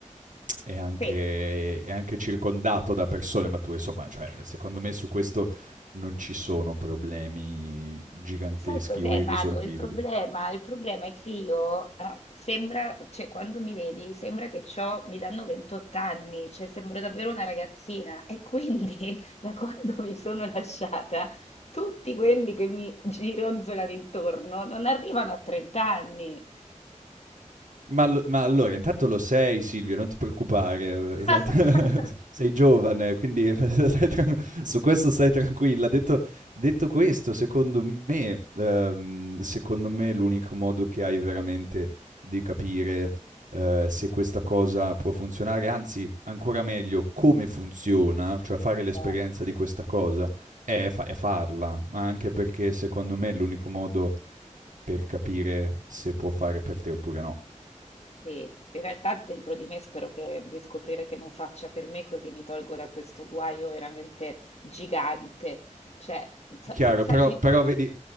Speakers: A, on the right; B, on the left.
A: è anche,
B: Sì.
A: è anche circondato da persone mature, insomma, cioè, secondo me su questo non ci sono problemi giganteschi
B: Sai cos'è,
A: o irrisolvibili.
B: Manu? Il problema, il problema è che io, ah, sembra, cioè quando mi vedi, sembra che c'ho, mi danno 28 anni, cioè sembro davvero una ragazzina. E quindi, <laughs> da quando mi sono lasciata, tutti quelli che mi gironzolano intorno non arrivano a 30 anni.
A: Ma allo ma allora intanto lo sei Silvio, non ti preoccupare, <laughs> uhm,
B: <laughs>
A: s sei giovane, quindi <laughs> stai tran su questo stai tranquilla. Detto detto questo, secondo me ehm, secondo me l'unico modo che hai veramente di capire, ehm, se questa cosa può funzionare, anzi ancora meglio come funziona, cioè fare l'esperienza
B: Io
A: di questa cosa, è fa è farla, ma anche perché secondo me è l'unico modo per capire se può fare per te oppure no.
B: Sì, in realtà dentro di me spero che, di scoprire che non faccia per me, così mi tolgo da questo guaio veramente gigante. Cioè, sa-
A: Chiaro,
B: sai,
A: però,
B: mi-
A: però vedi,